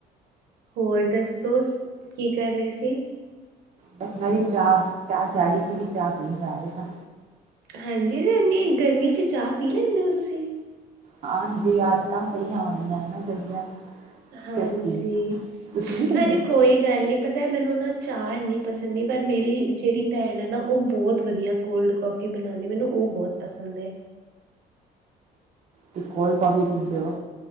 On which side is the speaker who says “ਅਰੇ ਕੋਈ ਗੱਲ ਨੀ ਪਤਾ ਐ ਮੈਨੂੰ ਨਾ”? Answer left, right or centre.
Right